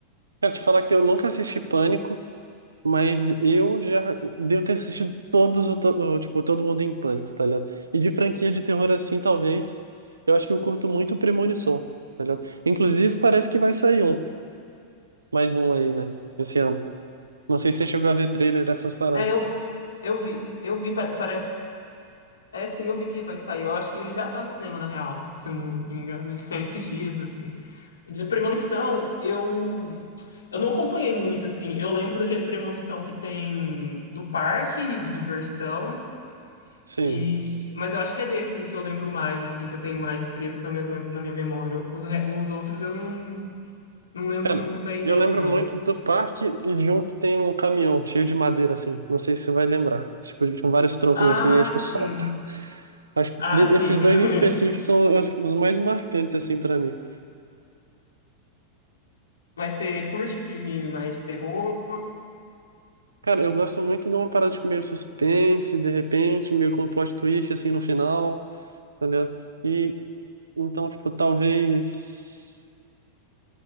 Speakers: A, on the right; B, on the left.
A: Cara, te falar que eu nunca assisti Pânico. Mas eu já devo ter assistido todos, o, to- o, tipo, Todo Mundo em Pânico, tá ligado? E de franquia de terror assim, talvez, eu acho que eu curto muito Premonição, tá ligado? Inclusive, parece que vai sair um, mais um aí, né? Esse ano. Não sei se você chegou a ver trailer dessas paradas.
B: É, eu eu vi, eu vi pa- parece é sim, eu vi que vai sair. Eu acho que ele já tá no cinema na real, se eu não me engano, ele saiu esses dias assim. De Premonição, eu eu não acompanhei muito assim. Eu lembro daquele Premonição que tem do parque de diversão
A: Sim.
B: E, mas eu acho que é desse assim, que eu lembro mais, assim, que eu tenho mais fresco na minha, na minha memória. Os, re- os outros eu não, não lembro
A: Cara,
B: muito bem
A: eu
B: deles,
A: lembro
B: não.
A: muito do parque e de um que tem um caminhão cheio de madeira, assim. Não sei se você vai lembrar. Tipo, com vários troncos
B: Ah,
A: assim, e aí, tipo,
B: sim.
A: solta. Acho que
B: Ah,
A: de-
B: sim.
A: esses dois em
B: <laughs>
A: específico são os, os mais marcantes, assim, pra mim.
B: Mas você curte filme mais terror?
A: Cara, eu gosto muito de uma parada tipo, meio suspense, de repente, meio com um plot twist assim no final, tá ligado? E então, tipo, talvez.